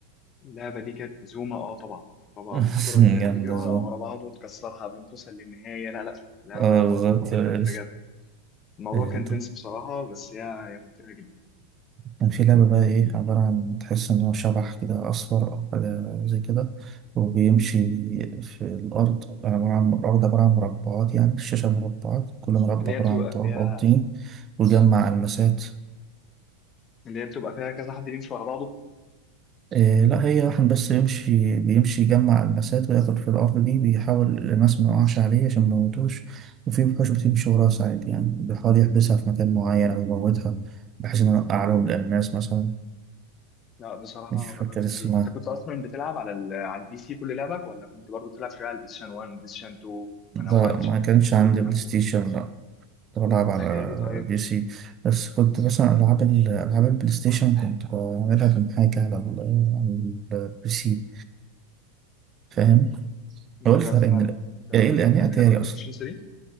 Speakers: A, on the left (about 30°); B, on the right (about 30°).
A: اللعبة دي كانت زوما اه طبعا طبعا
B: <laughs>
A: الكرة اللي هي
B: جامدة
A: بتجري ورا
B: زوم
A: ورا بعض وتكسرها قبل ما توصل للنهاية لا لا لعبة
B: اه
A: لعبة
B: بالظبط
A: قوية جدا
B: آه،
A: بجد الموضوع
B: آه،
A: كان
B: طب
A: تنس بصراحة بس هي هي ممتعة جدا
B: كان في لعبة بقى ايه عبارة عن تحس ان هو شبح كده اصفر او حاجة زي كده وبيمشي في الارض عبارة عن الارض عبارة عن مربعات يعني الشاشة مربعات كل مربع
A: اللي
B: عبارة
A: هي بتبقى
B: عن تراب
A: فيها
B: او طين ويجمع المسات
A: اللي هي بتبقى فيها كذا حد يمشي ورا بعضه
B: إيه لا هي واحد بس يمشي بيمشي يجمع المسات وياخد في الأرض دي بيحاول الماس ما يقعش عليه عشان ما يموتوش وفي وحوش بتمشي وراه ساعات يعني بيحاول يحبسها في مكان معين أو يموتها بحيث إنه يوقع لهم الألماس مثلا
A: لا بصراحة
B: مش
A: أنا ما
B: فاكر
A: جربتش
B: اسمها
A: دي أنت كنت أصلا بتلعب على ال... على البي سي كل لعبك ولا كنت برضو بتلعب شوية على البلايستيشن 1 بلايستيشن 2 ما
B: لا
A: نوعتش
B: ما
A: يعني
B: كانش
A: في الكونسول
B: عندي
A: وكده
B: بلاي ستيشن لا كنت بلعب على
A: أتاري طيب
B: بي سي بس كنت مثلا ألعاب ال- ألعاب البلاي ستيشن كنت بعملها من حاجة على ال- على البي سي فاهم؟
A: مم. أنت
B: هو إيه
A: جربت
B: الفرق
A: ما
B: من ال-
A: أنت
B: يعني إيه يعني
A: أنت
B: إيه أتاري
A: جربت
B: أصلا؟
A: البلايستيشن